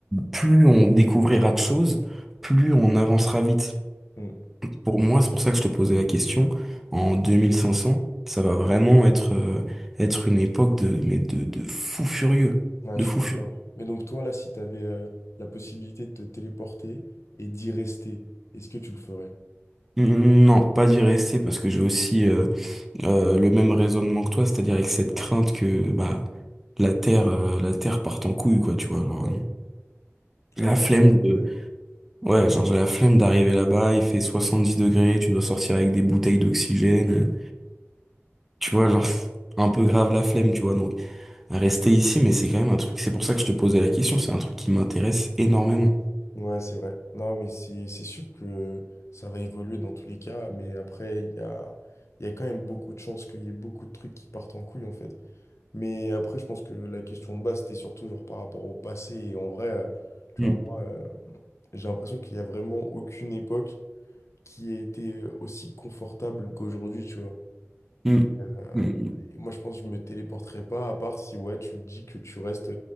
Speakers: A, in the centre; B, on the left.
A: plus on découvrira de choses, plus on avancera vite.
B: Mm.
A: Pour moi, c'est pour ça que je te posais la question. En 2500 ça va vraiment être, euh, être une époque de, mais de, de fou furieux.
B: Ouais,
A: De
B: je
A: fou
B: suis d'accord.
A: furieux.
B: Mais donc, toi, là, si tu avais la possibilité de te téléporter et d'y rester, est-ce que tu le ferais?
A: Mm, Non, pas d'y rester parce que j'ai aussi euh, euh, le même raisonnement que toi, c'est-à-dire avec cette crainte que bah la Terre, euh, la Terre parte en couille, quoi, tu vois. genre,
B: Ouais.
A: la
B: Ouais,
A: flemme
B: c'est ça le
A: de,
B: problème.
A: Ouais, genre j'ai la flemme d'arriver là-bas, il fait 70 degrés, tu dois sortir avec des bouteilles d'oxygène. euh, Tu vois, genre, c'est un peu grave la flemme, tu vois. Donc, rester ici, mais c'est quand même un truc, c'est pour ça que je te posais la question, c'est un truc qui m'intéresse énormément.
B: Ouais, c'est vrai. Non, mais c'est c'est sûr que ça va évoluer dans tous les cas, mais après, il y a, il y a quand même beaucoup de chances qu'il y ait beaucoup de trucs qui partent en couille, en fait. Mais après, je pense que la question de base, c'était surtout genre par rapport au passé. Et en vrai, euh, tu
A: Mm,
B: vois, moi, euh, j'ai l'impression qu'il n'y a vraiment aucune époque qui a été euh, aussi confortable qu'aujourd'hui, tu vois.
A: mm,
B: Et, euh,
A: mm, mm.
B: et moi, je pense que je me téléporterai pas, à part si ouais, tu te dis que tu restes